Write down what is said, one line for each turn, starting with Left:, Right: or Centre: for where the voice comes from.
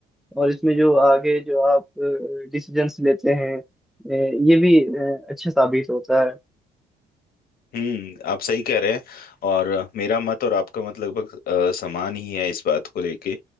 Centre: और इसमें जो आगे जो आप डिसीजंस लेते हैं अ, ये भी अ, अच्छा साबित होता है
Left: हम्म आप सही कह रहे हैं और मेरा मत और आपका मत लगभग अ, समान ही है इस बात को लेके